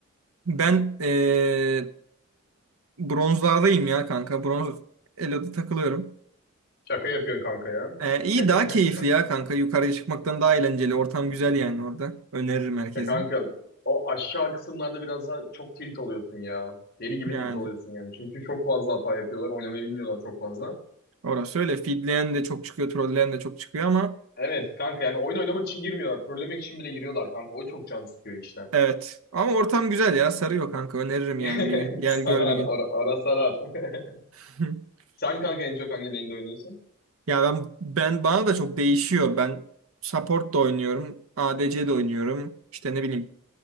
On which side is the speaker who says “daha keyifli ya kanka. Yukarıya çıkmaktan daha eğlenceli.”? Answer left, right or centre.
Right